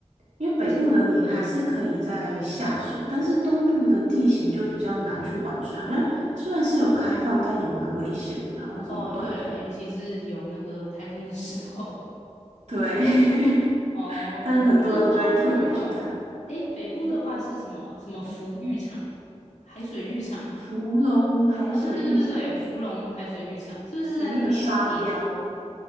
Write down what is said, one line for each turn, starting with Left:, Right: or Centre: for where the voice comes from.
Right: 因为北部的你还是可以在下水，
Left: 为什
Right: 但是东部的地形就比较难去玩水，好像虽然是有开放，但也蛮危险的，好像什么断崖，
Left: 么哦，对啦，尤其是有那个台风的时候。
Right: 对，
Left: 哦，
Right: <laughs> 但很多人就会特别去看
Left: 你是说像那种，哎，北部的话是什么什么福浴场、海水浴场？
Right: 芙蓉海水浴场，
Left: 啊、对对对对对，芙蓉海水浴场是不是在那边也可以？
Right: 有那个沙雕，